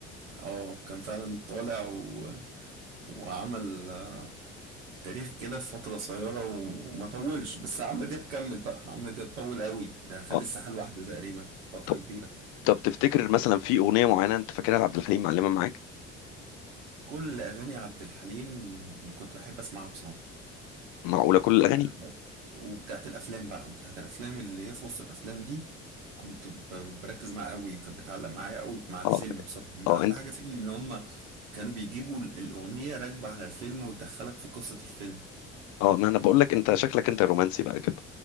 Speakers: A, on the right; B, on the left.
A: اه كان فعلا طالع و... وعمل آه، تاريخ كده في فتره قصيره و... وما طولش بس عمرو دياب كمل بقى عمرو دياب طول قوي ده خد
B: اه
A: الساحه لوحده تقريبا فتره
B: طب
A: كبيره
B: طب تفتكر مثلا في اغنيه معينه انت فاكرها لعبد الحليم معلمه معاك
A: كل اغاني عبد الحليم كنت بحب اسمعها بصراحه
B: معقوله كل
A: لا
B: الاغاني
A: وبتاعت الافلام بقى بتاعت الافلام اللي هي في وسط الافلام دي كنت ب- بركز معاها قوي كانت بتعلق معايا قوي مع الفيلم
B: اه
A: بصراحه من
B: اه
A: احلى
B: انت
A: حاجه فيهم ان هم كانوا بيجيبوا ال- الاغنيه راكبه على الفيلم وتدخلك في قصه الفيلم
B: اه ما انا بقول لك انت شكلك انت رومانسي بقى كده